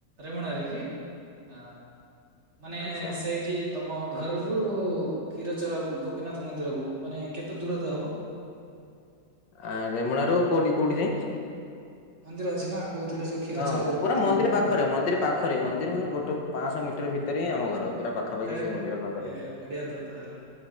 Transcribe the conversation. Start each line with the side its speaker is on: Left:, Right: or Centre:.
Right: ରେମୁଣାରେ କି ହଁ ମାନେ
Left: ଆଚ୍ଛା
Right: ସେଇଠି ତମ ଘରରୁ କ୍ଷୀରଚୋରା ଗୋପୀନାଥ ମନ୍ଦିରକୁ ମାନେ କେତେ ଦୂରତା ହବ?
Left: ଆ ରେମୁଣା ରୁ କୋଉଠି କୋଉଠି ଯାଇଁ?
Right: ମନ୍ଦିର ଅଛି ନାଁ କହୁଥିଲ ଯୋଉ କ୍ଷୀରଚୋରା
Left: ହଁ
Right: ଗୋପୀନାଥ
Left: ପୁରା ମନ୍ଦିରି
Right: ମନ୍ଦିର
Left: ପାଖରେ ମନ୍ଦିରି ପାଖରେ ମନ୍ଦିର ମାନେ ଗୋଟେ ପାଁଶହ ମିଟର ଭିତରେ ହିଁ ଆମ ଘର। ପୁରା ପାଖାପାଖି
Right: ଆରେ
Left: ସେଇ ମନ୍ଦିର ପାଖରେ।
Right: ହେ ହେ ବଢିଆ ତ ତାହେଲେ